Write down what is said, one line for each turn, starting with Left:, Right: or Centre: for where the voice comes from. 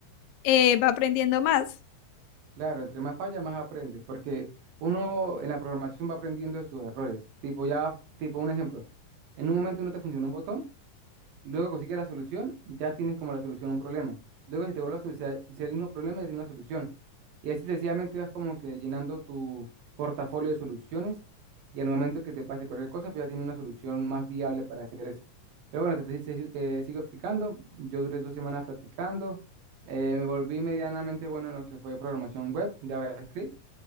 Left: eh, va aprendiendo más.
Right: claro, entre más falla, más aprendes, porque uno en la programación va aprendiendo de sus errores. Tipo, ya, tipo un ejemplo, en un momento no te funcionó un botón Luego consigues la solución, ya tienes como la solución a un problema. Luego si te vuelve a suceder, suceder el mismo problema, ya tienes una solución. Y así sucesivamente vas como que llenando tu portafolio de soluciones y al momento que te pase cualquier cosa, pues ya tienes una solución más viable para hacer eso. Pero bueno, te, te- te sigo explicando. Yo duré dos semanas practicando. eh, me volví medianamente bueno en lo que fue programación web, JavaScript.